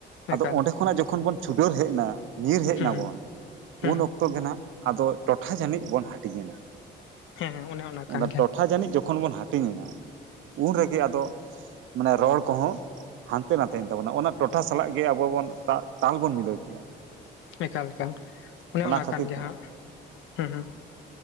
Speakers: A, on the right; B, on the left.
A: ᱟᱫᱚ
B: ᱮᱠᱟᱞ
A: ᱚᱸᱰᱮ ᱠᱷᱚᱱᱟᱜ ᱡᱚᱠᱷᱚᱱ ᱵᱚᱱ ᱪᱷᱩᱰᱟᱹᱨ ᱦᱮᱡ ᱱᱟ ᱧᱤᱨ ᱦᱮᱡ
B: ᱦᱮᱸ
A: ᱱᱟ ᱵᱚᱱ
B: ᱦᱮᱸ
A: ᱩᱱ ᱚᱠᱛᱚ ᱜᱮ ᱱᱟᱜ ᱟᱫᱚ ᱴᱚᱴᱷᱟ ᱡᱟᱹᱱᱤᱡ ᱵᱚᱱ ᱦᱟᱹᱴᱤᱧᱮᱱᱟ
B: ᱦᱮᱸ ᱦᱮᱸ ᱚᱱᱮ ᱚᱱᱟ
A: <unintelligible>
B: ᱠᱟᱱ ᱜᱮᱭᱟ
A: ᱴᱚᱴᱷᱟ ᱡᱟᱹᱱᱤᱡ ᱡᱚᱠᱷᱚᱱ ᱵᱚᱱ ᱦᱟᱹᱴ ᱦᱟᱹᱴᱤᱧ ᱮᱱᱟ ᱩᱱ ᱨᱮᱜᱮ ᱟᱫᱚ ᱢᱟᱱᱮ ᱨᱚᱲ ᱠᱚᱦᱚᱸ ᱦᱟᱱᱛᱮ ᱱᱟᱛᱮᱭᱮᱱ ᱛᱟᱵᱚᱱᱟ ᱚᱱᱟ ᱴᱚᱴᱷᱟ ᱥᱟᱞᱟᱜ ᱜᱮ ᱟᱵᱚᱣᱟᱜ ᱵᱚᱱ ᱛᱟᱞ ᱵᱚᱱ ᱢᱤᱞᱟᱹᱣ ᱠᱮᱜ-ᱟ
B: ᱮᱠᱟᱞ ᱮᱠᱟᱞ ᱚᱱᱮ ᱚᱱᱟ
A: ᱠᱷᱟᱹᱛᱤᱨ
B: ᱠᱟᱱ ᱜᱮᱭᱟ
A: ᱛᱮ
B: ᱦᱟᱜ ᱦᱩᱸ